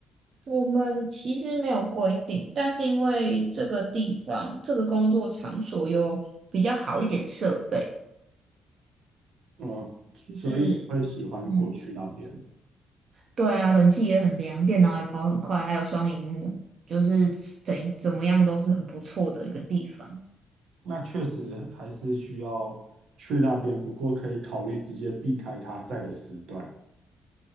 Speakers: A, on the right; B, on the right.
A: 我们其实没有规定，但是因为这个地方、这个工作场所有比较好一点设备，
B: 嗯，所以会喜欢过去那边。
A: 就是嗯，对啊，冷气也很凉，电脑也跑很快，还有双荧幕，就是怎怎么样都是很不错的一个地方。
B: 那确实还是需要去那边，不过可以考虑直接避开他在的时段，